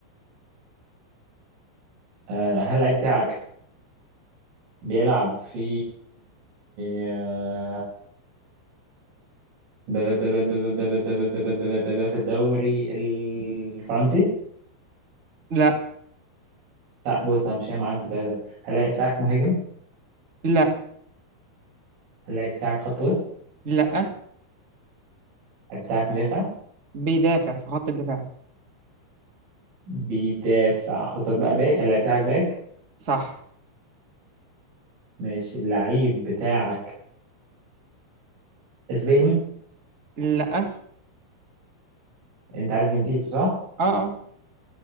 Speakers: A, on the right; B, on the right.
A: آه هل اللعيب بتاعك بيلعب في آه، ب- ب- ب- ب- ب- ب- ب- ب- ب- ب- ب- ب- ب- في الدوري الفرنسي
B: لا
A: لا بص همشيها معاك بتاعتك هل اللعيب بتاعك مهاجم
B: لا
A: هل اللعيب بتاعك خط وسط
B: لا
A: اللعيب بتاعك مدافع
B: بيدافع في خط الدفاع
A: بيدافع قصدك بقى باك اللعيب بتاعك باك
B: صح
A: ماشي اللعيب بتاعك اسباني
B: لا اه
A: انت عارف جنسيته صح
B: اه